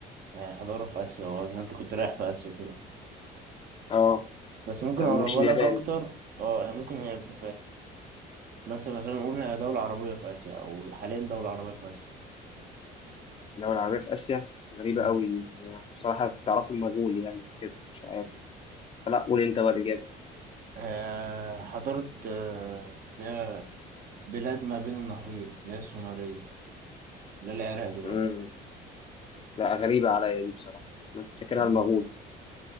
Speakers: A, on the right; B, on the left.
A: يعني حضارة في آسيا وأنت كنت رايح في آسيا كده
B: اه
A: بس ممكن
B: طب
A: اقربها
B: مش اليابان
A: لك اكتر اه يعني ممكن هي في مثلا خلينا نقول هي دولة عربية في اسيا او حاليا دولة عربية في اسيا
B: دولة عربية في آسيا غريبة
A: مم.
B: قوي دي يعني أنا بصراحة كنت أعرفه المجهول يعني كده مش عارف فلا قول أنت بقى الإجابة
A: آه، حضارة آه، اللي هي بلاد ما بين النهرين اللي هي السومرية اللي هي العراق دلوقتي
B: امم لا غريبة عليا دي بصراحة يعني، أنا كنت فاكرها
A: مم.
B: المغول